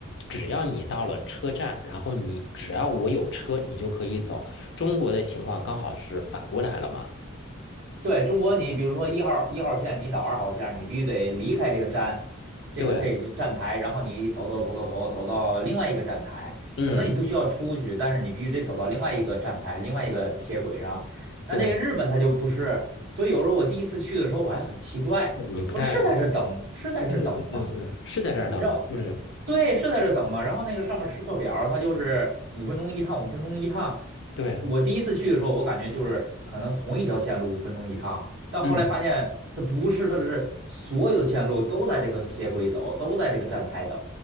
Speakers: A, on the left; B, on the right.
A: 只要你到了车站，然后你只要我有车，你就可以走。中国的情况刚好是反过来了嘛？
B: 对中国，你比如说一号一号线，你到二号线，你必须得离开这个站，这个这站台，
A: 对，
B: 然后你走走走走走走到另外一个站台，
A: 嗯，
B: 可能你不需要出去，但是你必须得走到另外一个站台，另外一个铁轨上。但这个日本它就不是，
A: 对，
B: 所以有时候我第一次去的时候，我还很奇怪，
A: 你不太，
B: 我说是在这儿等，是在这儿等吗？
A: 对对对对对，是在这儿等吗？
B: 让
A: 就是
B: 对是在这等嘛，然后那个上面时刻表，它就是五分钟一趟，五分钟一趟。
A: 对，
B: 我第一次去的时候，我感觉就是可能同一条线路五分钟一趟，但后来发现它不是，
A: 嗯。
B: 它是所有的线路都在这个铁轨走，都在这个站台等。